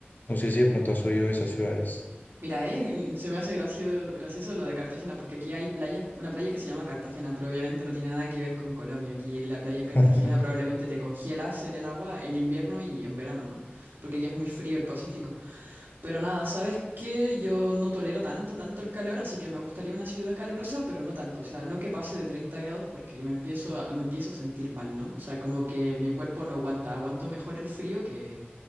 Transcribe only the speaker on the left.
No sé si de pronto has oído de esas ciudades.
<laughs>